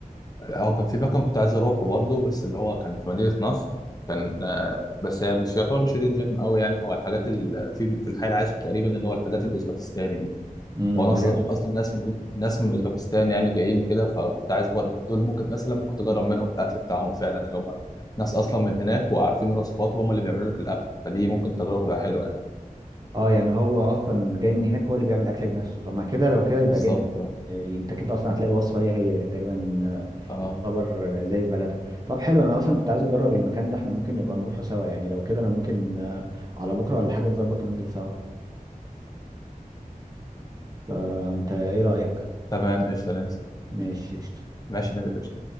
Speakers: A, on the left; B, on the right.
A: اه كان في مكان كنت عايز اروحه برضه بس اللي هو كان في مدينه نصر كان آه، بس هي مش يعتبر مش هيدين جيم قوي يعني هو الحاجات اللي في في الحي العاشر تقريبا اللي هو الحاجات الاوزبكستاني دي
B: امم
A: هو انا اصلا
B: عرفت
A: اصلا ناس من ناس من اوزبكستان يعني جايين وكده فكنت عايز برضه دول ممكن مثلا ممكن تجرب منهم الاكل بتاعهم فعلا اللي هم ناس اصلا من هناك وعارفين الوصفات وهم اللي بيعملوا لك الاكل فدي ممكن تجربه تبقى حلوه يعني
B: اه يعني هو اصلا جاي من هناك هو اللي بيعمل اكل بنفسه طب ما كده لو كده يبقى
A: بالظبط
B: جامد
A: اه
B: يعني انت كده اصلا هتلاقي الوصفه هي هي تقريبا آه،
A: اه
B: يعتبر آه، زي في بلدها طب حلو انا اصلا كنت عايز اجرب المكان ده احنا ممكن نبقى نروحه سوا يعني لو كده انا ممكن آه، على بكره ولا حاجه نظبط وننزل سوا فانت ايه رايك
A: تمام قشطه نانسي
B: ماشي قشطة.
A: ماشي نانسي